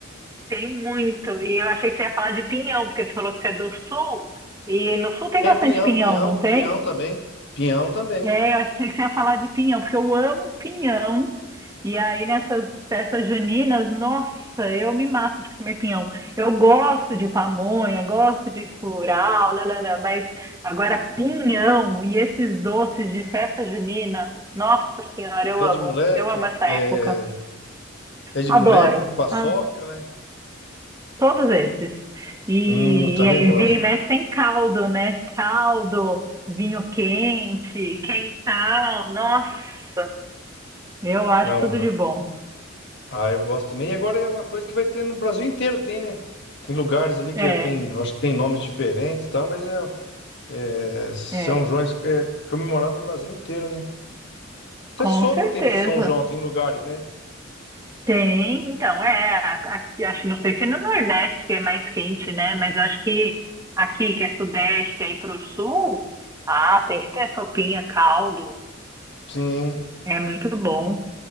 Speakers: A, on the right; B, on the left.
A: tem muito. E eu achei que você ia falar de pinhão, porque você falou que você é do sul. E no sul tem
B: Tem
A: bastante
B: pinhão,
A: pinhão,
B: pinhão,
A: não tem?
B: pinhão também. Pinhão também.
A: É, eu achei que você ia falar de pinhão, porque eu amo pinhão. E aí, nessas festas juninas, nossa, eu me mato de comer pinhão. Eu gosto de pamonha, gosto de curau, nanana, mas agora pinhão e esses doces de festa junina, nossa senhora, eu
B: Pé
A: amo.
B: de moleque,
A: Eu amo essa
B: é,
A: época.
B: pé de
A: Adoro.
B: moleque, paçoca,
A: Ah,
B: né?
A: todos esses. E,
B: Hum, eu também
A: e aí,
B: gosto.
A: vira e mexe tem caldo, né? Caldo, vinho quente, quentão, nossa. Eu acho
B: Não,
A: tudo
B: va-
A: de bom.
B: ah, eu gosto também. E agora é uma coisa que vai ter no Brasil inteiro, tem, né? Tem lugares ali que
A: É,
B: é, tem, eu acho que tem nomes diferentes e tal, mas é, é, São
A: é,
B: João é comemorado no Brasil inteiro, né? Até
A: com
B: sopa
A: certeza.
B: tem nesse São João, tem lugares, né?
A: Tem, então, é, a- aqui, acho, não sei se no Nordeste que é mais quente, né? Mas eu acho que aqui, que é Sudeste, aí pro Sul, ah, tem que ter sopinha, caldo,
B: Sim.
A: é muito bom.